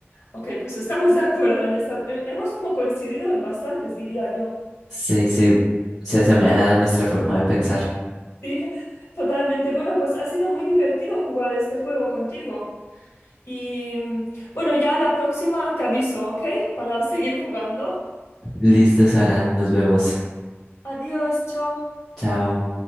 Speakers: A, on the left; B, in the centre.
A: Ok, pues estamos de acuerdo en esta. eh, Hemos como coincidido en bastantes, diría yo. <laughs>
B: Sí, sí, se asemeja a nuestra forma de pensar.
A: Sí, totalmente. Bueno, pues ha sido muy divertido jugar este juego contigo. Y mm, bueno, ya la próxima te aviso, ¿ok? Para seguir jugando.
B: Listo, Sara, nos vemos.
A: Adiós, chao.
B: Chao.